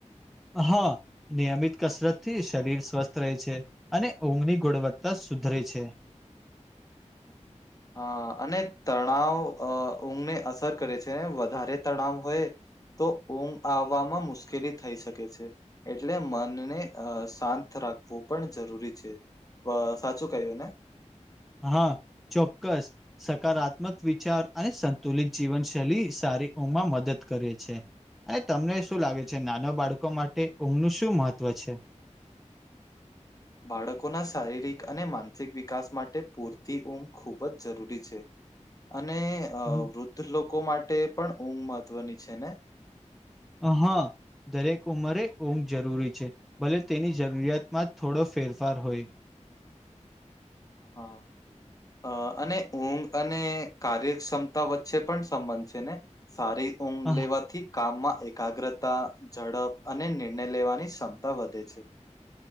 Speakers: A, in the centre; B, on the left (about 30°).
A: હા. નિયમિત કસરતથી શરીર સ્વસ્થ રહે છે અને ઊંઘની ગુણવત્તા સુધરે છે.
B: હા અને તણાવ અહ ઊંઘને અસર કરે છે વધારે તણાવ હોય તો ઊંઘ આવવામાં મુશ્કેલી થઈ શકે છે. એટલે મનને અહ શાંત રાખવું પણ જરૂરી છે. પહ્ સાચું કયું ને?
A: હા ચોક્કસ. સકારાત્મક વિચાર અને સંતુલિત જીવનશૈલી સારી ઊંમમાં મદદ કરે છે. અને તમને શું લાગે છે નાના બાળકો માટે ઊંઘનું શું મહત્વ છે?
B: બાળકોના શારીરિક અને માનસિક વિકાસ માટે પૂરતી ઊંઘ ખૂબ જ જરૂરી છે. અને અહ
A: હમ.
B: વૃદ્ધ લોકો માટે પણ ઊંઘ મહત્વની છે ને?
A: અહા. દરેક ઉંમરે ઊંઘ જરૂરી છે. ભલે તેની જરૂરિયાતમાં જ થોડો ફેરફાર હોય.
B: હા. અહ અને ઊંઘ અને કાર્યક્ષમતા વચ્ચે પણ સંબંધ છે ને? સારી ઊંઘ
A: આહ,
B: લેવાથી કામમાં એકાગ્રતા, ઝડપ અને નિર્ણય લેવાની ક્ષમતા વધે છે.